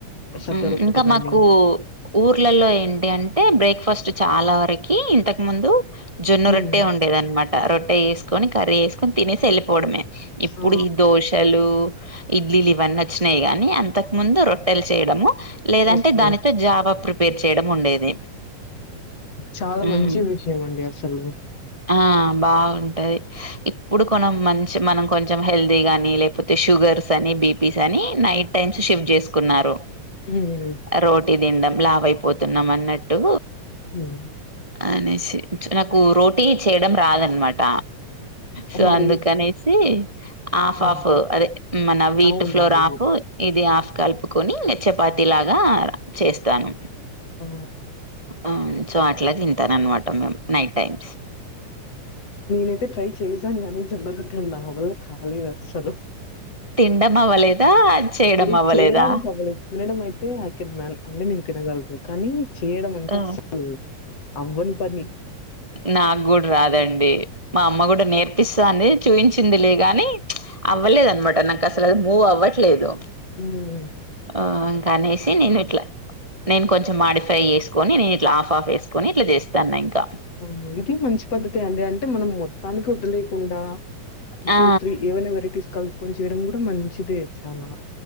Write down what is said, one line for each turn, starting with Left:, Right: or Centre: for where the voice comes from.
Left: సద్ద
Right: ఊ
Left: రొట్టెలు
Right: ఇంకా
Left: గాని.
Right: మాకు ఊర్లలో ఏంటి అంటే బ్రేక్ఫాస్ట్ చాలా వరకి ఇంతకు ముందు జొన్న
Left: హ్మ్.
Right: రొట్టె ఉండేది ఆనమాట రొట్టె చేసుకొని కర్రీ వేసుకొని తినేసి వెళ్ళిపోవడమే ఇప్పుడు
Left: ఆ!
Right: ఈ దోశలు, ఇడ్లీలు ఇవన్నీ వచ్చినాయి గానీ అంతకు ముందు రొ ట్టెలు చేయడము లేదంటే
Left: ఓకే.
Right: దానితో జావా ప్రిపేర్ చేయడం ఉండేది
Left: చాలా
Right: హ్మ్.
Left: మంచి విషయం అండి అసలు
Right: ఆ బాగుంటది ఇప్పుడు కొనం మంచి మనం కొంచెం హెల్దీ గాని లేకపోతే షుగర్స్ అని బీపీస్ అని నైట్ టైమ్స్ షిఫ్ట్ చేసుకున్నారు
Left: ఉమ్
Right: రోటీ తినడం లావైపోతున్నాం అన్నట్టూ
Left: ఉమ్
Right: అనేసి నాకు రోటీ చేయడం రాదనమాట సో
Left: మరి
Right: అందుకనేసి హాఫ్
Left: ఆ!
Right: ఆఫ్ అదే మన వీట్
Left: అవునవును.
Right: ఫ్లోర్ ఆఫ్ ఇది ఆఫ్ కలుపుకొని చపాతి లాగా చేస్తాను
Left: ఆ
Right: ఆ సో అట్లా తింటారన్నమాట మేము నైట్ టైమ్స్
Left: నేనైతే ట్రై చేసాను గానీ జొన్న రొట్టెలు నావల్ల కాలేదు అస్సలు
Right: తినడం అవ్వలేదా చేయడం
Left: లేదు
Right: అవ్వలేదా
Left: చేయడానికి అవ్వలేదు. తినడం అయితే ఐ కెన్ మ్యానేజె అంటే నేను తినగలను కానీ చేయడం అంటే
Right: ఆ
Left: అసలు అవ్వని పని
Right: నాకు కూడా రాదండి మా అమ్మ కూడా నేర్పిస్తాంది చూపించిందిలే గాని అవ్వలేదు అనమాట నాకు అసలు మువ్ అవ్వట్లేదు
Left: ఉమ్
Right: ఆ ఇంకా అనేసి నేను ఇట్లా నేను కొంచెం మాడిఫై చేసు కొని నేను ఇట్లా ఆఫ్ ఆఫ్ వేసుకొని ఇట్లా చేస్తాన్నా ఇంకా
Left: ఆ ఇది మంచి పద్ధతి అండి అంటే మనం మొత్తానికి వదిలేయకుండా టూ
Right: ఆ
Left: టు త్రీ ఏవైనా వెరైటీస్ కలుపుకొని చేయడం కూడా మంచిదే చానా